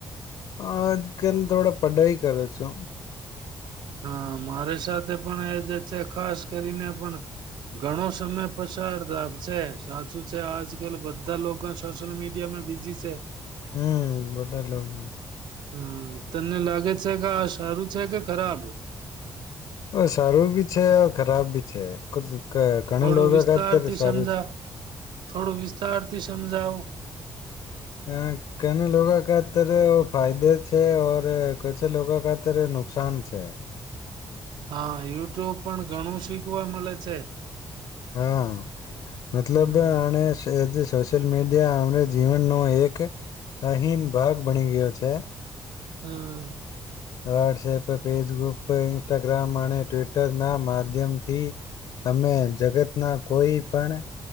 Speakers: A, on the left; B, on the right.
A: આજ કલ થોડા પઢાઈ કરે છુ
B: હા મારી સાથે પણ એ જે છે ખાસ કરીને પણ ઘણો સમય પસાર થ છે સાચું છે આજકાલ બધા લોકો સોશિયલ મીડિયા મા બીઝી છે
A: હમ્મ બધા લોકો
B: હમ્મ તને લાગે છે કે આ સારું છે કે ખરાબ
A: સારુ ભી છે ખરાબ ભી છે ઘણા
B: થોડો
A: લોકો
B: વિસ્તારથી
A: ખાતર સારું
B: સમજાવ થોડો વિસ્તારથી સમજાવ
A: એ કેને લોકો ખાતર ફાયદે છે ઔર કછ લોકો ખાતર નુકસાન છે
B: હા યુટ્યુબ પણ ઘણું શીખવા મળે છે
A: હા મતલબ
B: હમ
A: અને સોશિયલ મીડિયા અમને જીવનનો એક અહીન ભાગ બની ગયો છે
B: હમ્મ
A: વહોટ્સએપ ફેસબુપ ઇન્સ્ટાગ્રામ અને ટ્વિટરના માધ્યમથી અમે જગતના કોઈ પણ